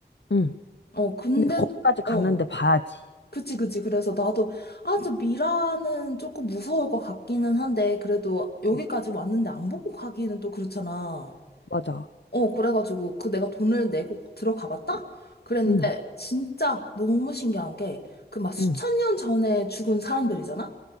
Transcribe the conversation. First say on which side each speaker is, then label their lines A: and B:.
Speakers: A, on the left; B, on the left.
A: 응.
B: 어, 근데,
A: 근데 거기까지 갔는데
B: 어.
A: 봐야지.
B: 그치, 그치. 그래서 나도, 아, 저 미라는 조금 무서울 것 같기는 한데, 그래도 여기까지
A: 응,
B: 왔는데 안 보고 가기는 또 그렇잖아.
A: 맞아.
B: 어, 그래가지고, 그 내가 돈을 내고 들어가 봤다? 그랬는데,
A: 응,
B: 진짜 너무 신기한 게, 그 막 수천
A: 응,
B: 년 전에 죽은 사람들이잖아?